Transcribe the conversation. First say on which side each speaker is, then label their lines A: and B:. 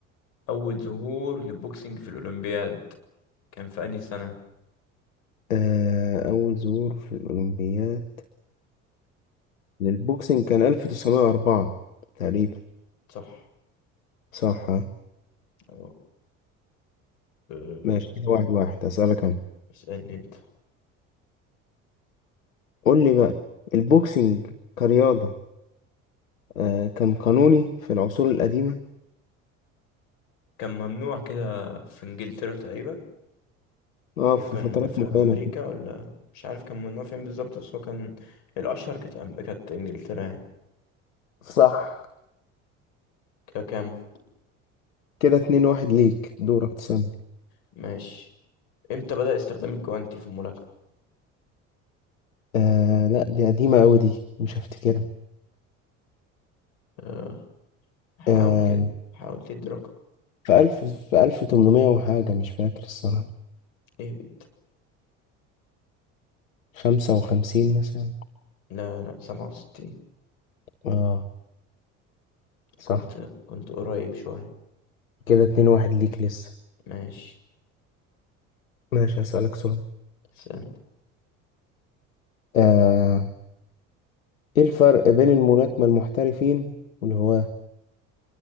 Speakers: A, on the left; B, on the left.
A: أول ظهور للبوكسنج في الأولمبياد كان في أنهي سنة؟
B: آه أول ظهور في الأولمبياد للبوكسنج كان 1904 تقريبا
A: صح
B: صح ها؟
A: أه آه،
B: ماشي كده واحد واحد أسألك أنا
A: اسألني أنت
B: قول لي بقى البوكسنج كرياضة آه كان قانوني في العصور القديمة
A: كان ممنوع كده في إنجلترا تقريبا
B: اه
A: وكان
B: في فترات
A: في
B: معينة
A: امريكا
B: كده.
A: ولا مش عارف كان منها فين بالظبط بس هو كان الاشهر كانت أم... كانت انجلترا يعني
B: صح
A: ككام
B: كده اتنين واحد ليك دورك تسألني
A: ماشي امتى بدأ استخدام الجوانتي في الملاكمة
B: آه لا دي قديمة أوي دي مش هفتكرها
A: أه... حاول
B: آه
A: كده حاول تدي رقم
B: في ألف في ألف تمنمية وحاجة مش فاكر الصراحة
A: اهبد
B: خمسة وخمسين مثلا
A: لا لا سبعة وستين
B: اه صح
A: كنت كنت قريب شوية
B: كده اتنين واحد ليك لسه
A: ماشي
B: ماشي هسألك سؤال
A: استنى
B: آه ايه الفرق بين الملاكمة المحترفين والهواة